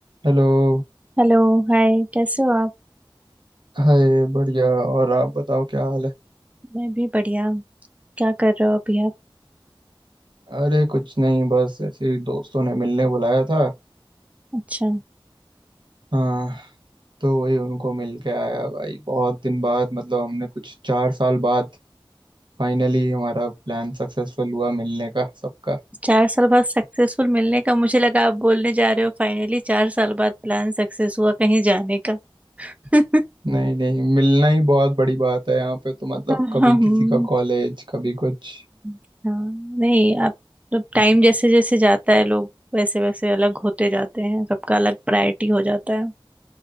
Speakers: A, on the right (about 60°); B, on the right (about 15°).
A: Hello
B: Hello Hi कैसे हो आप
A: Hi बढ़िया और आप बताओ क्या हाल है
B: मैं भी बढ़िया क्या कर रहे हो अभी आप
A: अरे कुछ नहीं बस ऐसे ही दोस्तों ने मिलने बुलाया था
B: अच्छा
A: हाँ तो वही उनको मिल के आया भाई बहुत दिन बाद मतलब हमने कुछ चार साल बाद फाइनली हमारा प्लान सक्सेसफुल हुआ मिलने का सबका
B: चार साल बाद सक्सेसफुल मिलने का मुझे लगा आप बोलने जा रहे हो फाइनली चार साल बाद प्लान सक्सेस हुआ कहीं जाने का <laughs>
A: नहीं नहीं मिलना ही बहुत बड़ी बात है यहाँ पे तो मतलब
B: हम्म,
A: कभी किसी का कॉलेज कभी कुछ
B: हाँ नहीं आप तो टाइम जैसे जैसे जाता है लोग वैसे वैसे अलग होते जाते हैं सबका अलग प्रायोरिटी हो जाता है